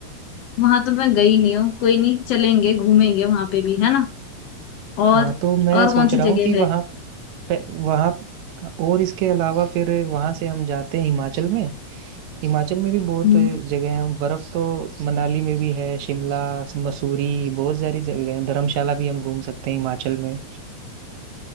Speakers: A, on the left; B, on the right.
A: वहां तो मैं गई नहीं हूँ कोई नहीं चलेंगे घूमेंगे वहां पे भी है ना और
B: हाँ तो मैं
A: और
B: सोच
A: कौन सी
B: रहा हूँ
A: जगह
B: कि वहाँ
A: है
B: पे वहाँ और इसके अलावा फिर वहाँ से हम जाते हैं हिमाचल में हिमाचल में भी बहुत
A: हम्म,
B: जगह हैं बर्फ तो मनाली में भी है शिमला मसूरी बहुत सारी जगह हैं धर्मशाला भी हम घूम सकते हैं हिमाचल में